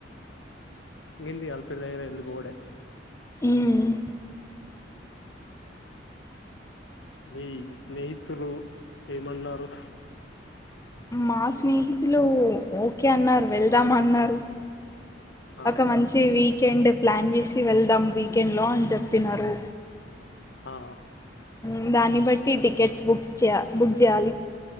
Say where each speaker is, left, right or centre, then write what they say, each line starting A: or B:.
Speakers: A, on the left; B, on the left.
A: గింది అల్పిర్దగ <inaudible>
B: మ్
A: మీ స్నేహితులు ఏమన్నారు
B: మాస్ స్నేహితులు ఒకే అన్నారు వెళ్దామన్నారు అ హ్
A: ఆ
B: ఒక మంచి వీకెండ్ ప్లాన్ జేసి వెళ్దాం వీకెండ్లో అన్ చెప్పినరు
A: ఆ
B: మ్ దాన్ని బట్ ఫ్రీ టికెట్స్ బుక్స్ చేయ బుక్ జేయాలి.